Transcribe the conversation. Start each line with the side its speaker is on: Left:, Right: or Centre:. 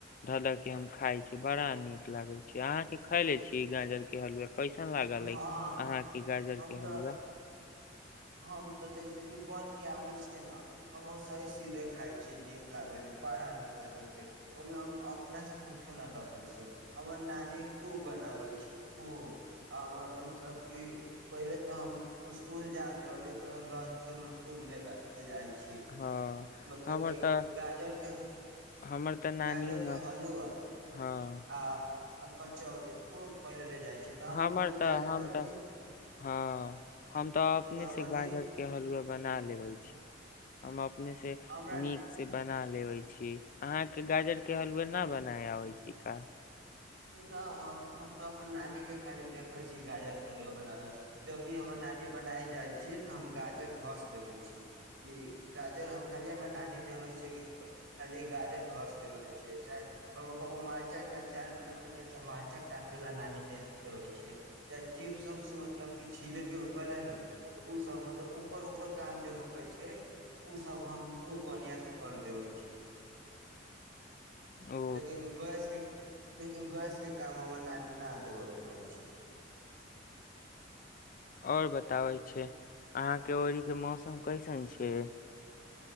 Left: धऽ ध के हम खााय छी बड़ा नीक लागे छै अहाँके खैले छीिय गाजर के हलुआा कइसन लागल
Right: हँ
Left: ई अहाँके गाजर
Right: हम
Left: के
Right: तऽ
Left: हलुआ
Right: हम तऽ जैसे कि बनिके आबै छै न हम ओसहि सीधे खाइ छियै नीक लागै है बड़ा नीक लागै छै ओहिमे हम अपनासँ कुछो नहि लगै छै हमर नानी खूब बनाबै छै खूब आ हमर मतलब कि पहिले तऽ हम स्कुल जायत रहली तऽ लंचोमे खूब लेके ले जाइ छी
Left: हँ
Right: मतलब
Left: हमर
Right: कि
Left: तऽ
Right: गाजर के
Left: हमर तऽ नानियो
Right: गाजर के
Left: न
Right: हलुआ
Left: हँ
Right: आ आ कचौरी खूब पहिल ले जाइ छी तऽ
Left: हमर
Right: हम स्कूल
Left: तऽ
Right: जाइत
Left: हम
Right: रहली
Left: तऽ हँ हम तऽ अपने से
Right: हमर
Left: से गाजर
Right: हित
Left: के हलुवा बना लेवे छै हम अप अपने से
Right: हमरा
Left: नीक से बन ना लेबै छी अहाँके गाजर के हलुआ ना बनाय आबै छी का
Right: ना हम हम तऽ अपन नानी के खाली देखय छी गाजर के बनाबैत जब भी हमर नानी बनाय जाइ छी तऽ हम गाजर घस देबय छी कि गाजर हम खाली हमरा नानी देबे छियै कि खाली गाजर घस देबे छै चाहे कबो कबो मरिचा के अचार बनाबै छै तऽ मरचा काटे ला नानी दे देेबै छैे चाहे चिपस उप्स मतलब कि छीले के होके ले नु उसब मतलब ऊपर ऊपर काम जे होकै छै उ सब हम खूब बढ़ियां से कर देबे छै
Left: ओ
Right: लेकिन गैसके लेकिन गैस के काम हमर नानी न देबत रहै छै
Left: ओर बताबै छै अहाँ के ओनहि के मौसम कैसन छै